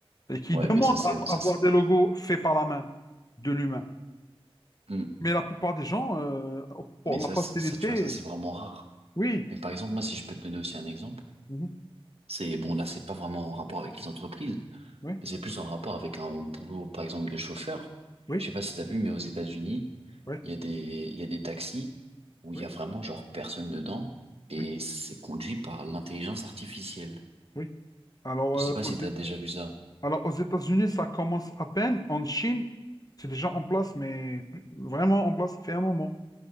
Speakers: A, on the left; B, on the right.
A: et qui
B: Ouais,
A: demandent
B: mais ça c'est,
A: à
B: ça
A: avoir
B: c'est,
A: des logos faits par la main de l'humain.
B: Hmm.
A: Mais la plupart des gens, euh, pour
B: mais
A: la
B: ça,
A: facilité,
B: c'est- ça tu vois, ça c'est vraiment rare.
A: oui,
B: Mais par exemple, moi, si je peux te donner aussi un exemple,
A: mhm,
B: c'est, bon, là, c'est pas vraiment en rapport avec les entreprises,
A: oui,
B: mais c'est plus en rapport avec un boulot, par exemple, de chauffeur.
A: oui,
B: Je sais pas si t'as vu, mais aux États-Unis,
A: oui,
B: Il y a des, il y a des taxis où il
A: oui,
B: y a vraiment genre personne dedans et
A: oui,
B: c'est conduit par l'intelligence artificielle.
A: oui. Alors,
B: Je
A: euh,
B: sais pas
A: aux,
B: si t'as déjà vu ça.
A: alors, aux États-Unis, ça commence à peine. En Chine, c'est déjà en place, mais plus- vraiment en place, ça fait un moment.